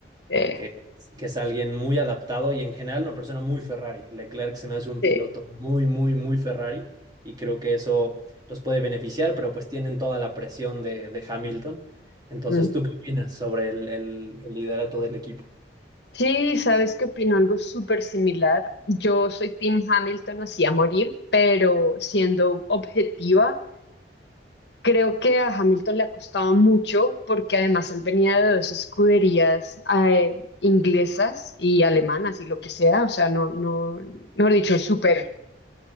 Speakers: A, on the left (about 75°); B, on the right (about 25°).
A: Eh,
B: que es, que es alguien muy adaptado y en general una persona muy Ferrari. Leclerc se me hace un
A: sí.
B: piloto muy, muy, muy Ferrari y creo que eso los puede beneficiar, pero pues tienen toda la presión de, de Hamilton. Entonces,
A: Mm.
B: ¿tú qué opinas sobre el, el- el liderato del equipo?
A: Sí, ¿sabes que opino? Algo súper similar. Yo soy Team Hamilton, así a morir, pero siendo objetiva. Creo que a Hamilton le ha costado mucho porque además él venía de dos escuderías eh, inglesas y alemanas y lo que sea, o sea, no, no, mejor dicho, súper,